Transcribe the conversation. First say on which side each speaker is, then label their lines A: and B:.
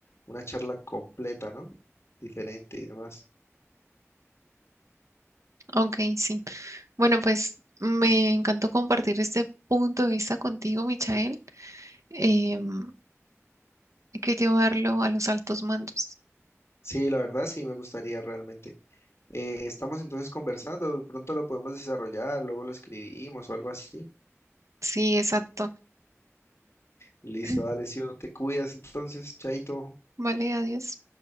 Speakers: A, on the left; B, on the right.
A: una charla completa, ¿no? Diferente y demás.
B: Ok, sí. Bueno, pues me encantó compartir este punto de vista contigo, Michael. Em, Hay que llevarlo a los altos mandos.
A: Sí, la verdad sí me gustaría realmente. Eh, estamos entonces conversando, de pronto lo podemos desarrollar, luego lo escribimos o algo así.
B: Sí, exacto.
A: Listo,
B: <clears throat>
A: dale, Sio, te cuidas entonces, chaito.
B: Vale, adiós.